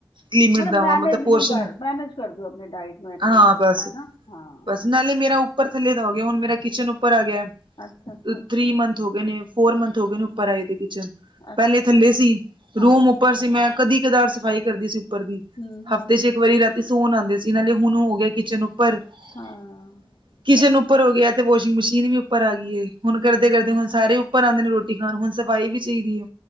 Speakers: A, on the right; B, on the left.
A: ਲਿਮਿਟ
B: ਮਤਲਬ
A: ਦਾ
B: ਮੈਨੇਜ
A: ਵਾਂ ਪੋਰਸ਼ਨ
B: ਨੂੰ ਕਰ ਮੈਨੇਜ ਕਰ ਦਿਓ ਆਪਣੇ ਡਾਇਟ ਨੂੰ ਐਕਚੂਲੀ
A: ਹਾਂ ਬਸ
B: ਹੈਨਾ ਹਾਂ।
A: ਨਾਲੇ ਮੇਰਾ ਉੱਪਰ ਥੱਲੇ ਦਾ ਹੋ ਗਿਆ ਹੁਣ ਮੇਰਾ ਕਿਚਨ ਉਪਰ ਆ ਗਿਆ
B: ਅੱਛਾ ਅੱਛਾ ਅੱਛਾ
A: ਥਰੀ ਮੰਥ। ਹੋ ਗਏ ਨੇ ਫੋਰ ਮੰਥ ਹੋ ਗਏ ਨੇ ਉਪਰ ਆਏ ਦੇ ਕਿਚਨ
B: ਅੱਛਾ
A: ਪਹਿਲੇ ਥੱਲੇ ਸੀ
B: ਹਾਂ
A: ਰੂਮ ਉਪਰ ਸੀ ਮੈ। ਕਦੀ ਕਧਾਰ ਸਫ਼ਾਈ ਕਰਦੀ ਸੀ ਉਪਰ ਦੀ
B: ਹੂੰ ਹੂੰ
A: ਹਫ਼ਤੇ 'ਚ
B: ਹੂੰ,
A: ਇਕ ਵਾਰੀ ਰਾਤੀ ਤੇ ਸੋਨ ਆਉਦੇ ਸੀ ਇਹ ਨਾਲੇ ਹੁਣ ਹੋ ਗਿਆ ਕਿਚਨ ਉਪਰ
B: ਹਾਂ।
A: <inaudible> ਕਿਚਨ
B: ਅੱਛਾ
A: ਉਪਰ ਹੋ ਗਿਆ ਤੇ ਵਾਸ਼ਿੰਗ ਮਸ਼ੀਨ ਵੀ ਉਪਰ ਆ ਗਈ ਏ ਹੁਣ ਕਰਦੇ- ਕਰਦੇ ਹੁਣ ਸਾਰੇ ਉਪਰ ਆਉਦੇ ਨੇ ਰੋਟੀ। ਖਾਣ ਨੂੰ ਹੁਣ ਸਫ਼ਾਈ ਵੀ ਚਾਹੀਦੀ ਹੈ